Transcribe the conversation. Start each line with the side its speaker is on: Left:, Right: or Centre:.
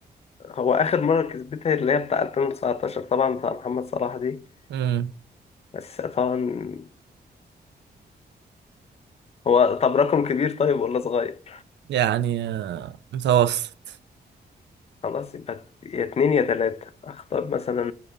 Left: هو آخر مرة كسبتها اللي هي بتاع 2019 طبعا بتاع محمد صلاح دي
Right: امم
Left: بس طبعا هو طب رقم كبير طيب ولا صغير؟
Right: يعني آه، متوسط
Left: خلاص يبقى يا اتنين يا تلاتة أختار مثلا